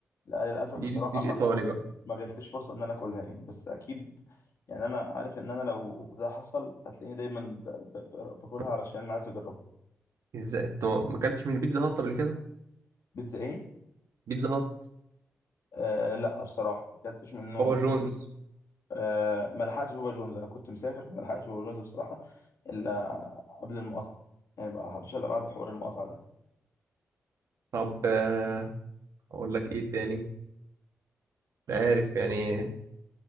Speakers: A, on the left; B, on the right.
A: لا للاسف
B: دي
A: بصراحه
B: دي الإيطالي
A: ما
B: بقى
A: ما جاتليش فرصه ان انا اكلها يعني بس اكيد يعني انا عارف ان انا لو ده حصل هتلاقيني دايما ب... ب... ب- باكلها
B: طب
A: علشان انا عايز اجربها
B: إزاي أنت ما أكلتش من بيتزا هات قبل كده؟
A: بيتزا ايه
B: بيتزا هات
A: آه لا بصراحه ما اكلتش منه
B: بابا جونز
A: آه ما لحقتش بابا جونز انا كنت مسافر فما لحقتش بابا جونز بصراحه الا قبل المقاطعه يعني بقى حدش الا بعد حوار المقاطعه
B: طب آه، أقول لك إيه تاني؟ مش عارف يعني